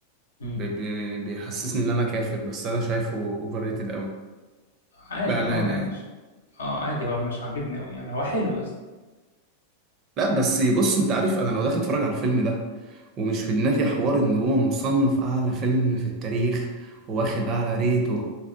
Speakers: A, on the left; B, on the right.
A: مم.
B: بي... بي... بيحسسني ان انا كافر بس انا شايفه اوفر ريتد
A: عادي
B: بأمانة
A: اه يعني
B: يعني
A: مش اه عادي هو مش عاجبني قوي يعني هو حلو يا اسطى
B: لا بس بص انت عارف انا لو داخل اتفرج على الفيلم ده ومش في دماغي حوار ان هو مصنف اعلى فيلم في التاريخ واخد اعلى ريت و...